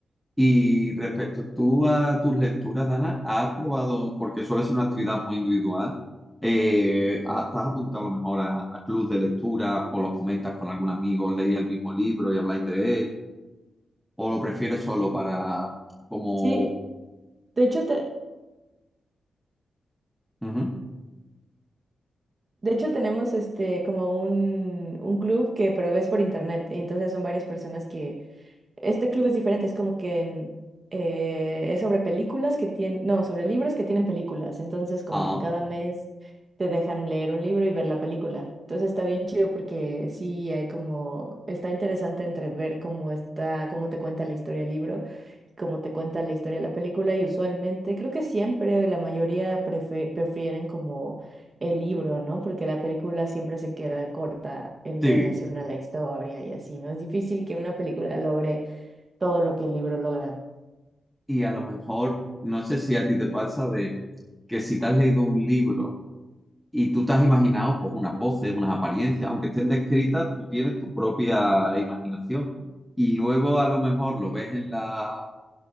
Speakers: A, in the centre; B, on the right.
A: Y respecto tú a tus lecturas, Dana, ¿has probado, porque suele ser una actividad muy individual, eh, ¿has- ¿te has apuntado a lo mejor a, a clubs de lectura o los comentas con algún amigo, leéis el mismo libro y habláis de él? ¿O lo prefieres solo para como...
B: Sí, de hecho, te,
A: ujú,
B: De hecho, tenemos este como un, un club que pero es por internet. Entonces son varias personas que, este club es diferente, es como que mm, eh, es sobre películas que tienen, no, sobre libros que tienen películas. Entonces, como
A: ah,
B: que cada mes te dejan leer un libro y ver la película. Entonces está bien chido porque sí hay como, está interesante entre ver cómo está, cómo te cuenta la historia el libro, cómo te cuenta la historia de la película, y usualmente, creo que siempre la mayoría prefe- prefieren como el libro, ¿no? Porque la película siempre se queda corta en
A: Sí,
B: relación a la historia y así, ¿no? Es difícil que una película logre todo lo que el libro logra.
A: y a lo mejor, no sé si a ti te pasa de que si te has leído un libro y tú te has imaginado pues unas voces, unas apariencias, aunque estén descritas, tú tienes tu propia imaginación. Y luego a lo mejor lo ves en la,